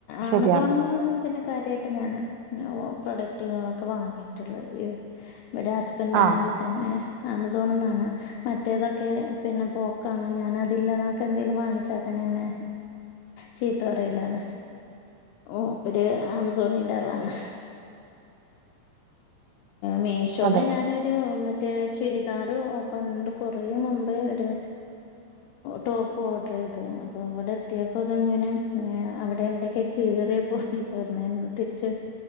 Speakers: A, on the left; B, on the right.
A: ആമസോൺന്ന്
B: ശരിയാണ്
A: പിന്നെ കാര്യമായിട്ട് ഞാൻ പ്രൊഡക്റ്റുകളൊക്കെ വാങ്ങിയിട്ടുള്ളത് ഇവിടെ ഹസ്ബൻഡ് ആണെങ്കിൽ
B: ആഹ്
A: തന്നെ ആമസോൺന്നാണ് മറ്റേതൊക്കെ പിന്നെ പോക്കാണ് ഞാൻ അതില്ലെന്നൊക്കെ എന്തേങ്കലും വാങ്ങിച്ചാൽ തന്ന എന്നെ ചീത്ത പറയലാണ് ഓ മൂപ്പര് ആമസോണിന്റെ ആളാണ് മീശോന്ന്
B: അതെ
A: ഞാനൊരു മറ്റേ മറ്റേ ചുരിദാറ് പണ്ട് കുറെ മുമ്പേ ഒരു ടോപ്പ് ഓർഡർ ചെയ്യ അപ്പൊ ഇവിടെ എത്തിയപ്പോ അതെങ്ങനും അവിടെ ഇവിടെ ഒക്കെ കീറിയ പോലെ തിരിച്ച്